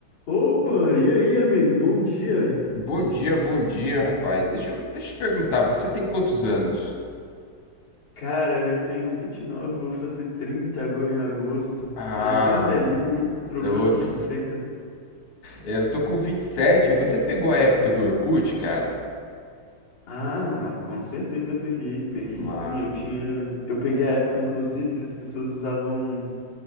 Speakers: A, on the left; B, on the left.
A: Opa, e aí, amigo? Bom dia.
B: Bom dia, bom dia, rapaz. Deixa eu, deixa eu te perguntar, você tem quantos anos?
A: Cara, eu tenho 29, vou fazer 30 agora em agosto.
B: Ah,
A: Já tô velhinho, hein? Trocando
B: eu, que,
A: de década.
B: é, eu tô com 27. Você pegou a época do Orkut, cara?
A: Ah, não, com certeza eu peguei, peguei
B: Massa.
A: sim. Eu tinha, eu peguei a época, inclusive, que as pessoas usavam,